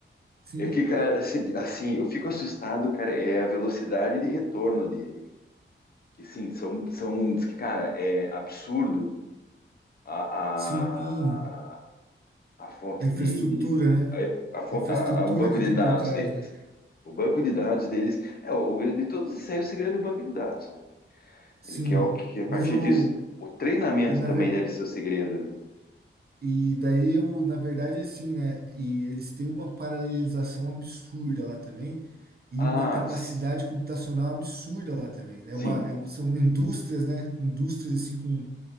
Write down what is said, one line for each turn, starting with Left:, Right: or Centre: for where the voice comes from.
Right: sim,
Left: É que, cara, assim, assim, eu fico assustado, cara, é a velocidade de retorno dele. Que sim, são, são, diz que, cara, é absurdo a,
Right: sim,
Left: a- a fonte
Right: a infraestrutura,
Left: de, de-
Right: né?
Left: a, a fo-
Right: A infraestrutura
Left: a- a- o banco
Right: que
Left: de
Right: tem
Left: dados
Right: por trás,
Left: deles.
Right: né?
Left: O banco de dados deles é o, o grande de todos isso aí é o segredo do banco de dados, né?
Right: Sim,
Left: E que é o que a partir
Right: mas o.
Left: disso o treinamento
Right: E, na
Left: também
Right: ver,
Left: deve ser o segredo, né?
Right: e daí, eu, na verdade, é assim, né? E eles têm uma paralelização absurda lá também e
Left: Ah,
Right: uma capacidade
Left: s-
Right: computacional absurda lá também. né?
Left: sim,
Right: É uma, é uma, são indústrias, né? Indústrias, assim, com